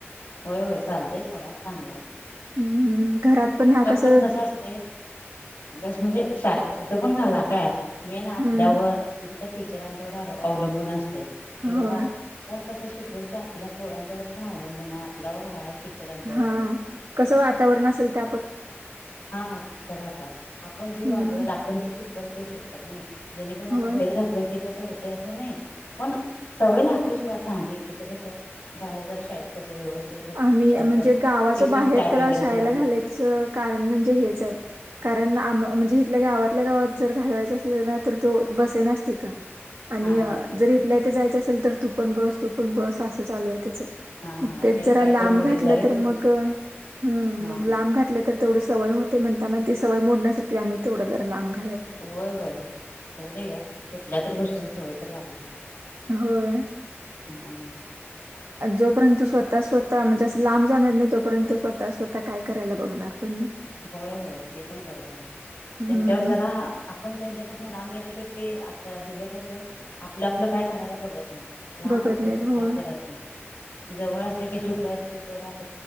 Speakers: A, on the left; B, on the right.
A: होय होय चालतंय थोडा चांगल्या
B: हं, घरात हां
A: पण
B: कसं
A: पण कस असते म्हणजे शा कुठं पण घाला काय. मेन आपल्यावर
B: हं,
A: म्हणजे त्या टीचरांच्यावर अवलंबून असते कि
B: होय.
A: बाबा कसं शिकवल ते आपल्या पोरांच्यावर पण अवलंबून आहे आपल्यावर आहे. टीचरांच्यावर
B: हा कसं वातावरण असेल त
A: हाच राहतात आपण जे वागल
B: हं,
A: आपण जे शिकवल ते शिकतात नाही. जेणेकरून असं
B: होय.
A: बाहेर घातलं की, तस होते असं नाही पण सवय लागते थोडा चांगली तिथ कसं बाहेर जर शाळेत कस व्यवस्थित असं
B: आम्ही म्हणजे गावाच्या
A: टिफिन
B: बाहेर
A: चाट
B: त्याला
A: वगैरे
B: शाळेला
A: ते नसते
B: घालायच. कारण म्हणजे हेच कारण म्हणजे इथल्या गावातल्या गावात जर घालवायचं अस. तर तो बसे नस तिथ आणि
A: हा हा बघ
B: जर इथल्या इथे जायचं असेल तर, तुपन बस तुपन बस असं चालू आहे त्याच.
A: हा
B: मग
A: हा
B: ते
A: ट्राय
B: लांब
A: करून बघितलं
B: घातलं
A: आहे
B: तर,
A: तुम्ही
B: मग मग
A: हा हा
B: लांब घातलं तर, तेवढे सवय होते म्हणं. नी सवय मोण्यासाठी आम्ही तेवढं जरा लांब घा
A: होय होय होऊ दे घ्या कुठल्या तर गोष्टीं सवय तर लागू दे.
B: होय.
A: हम्म
B: जोपर्यंत स्वतः स्वतः म्हणजे असं लांब जाणार नाही, तोपर्यंत स्वतः स्वतः काय करायला बघणार पण नाही.
A: होय होय ते पण बरोबर आहे.
B: हम्म
A: त्यांच्यावर जरा आपण त्यांच्यापासून लांब गेल्याशिवाय ते मुलं असं आपलं आपलं काय करायला बघत नाही. लांब
B: बघत
A: असल्याशिवाय
B: नाहीत होय.
A: काय करत नाही. जवळ असले की तू कर तू कर अस.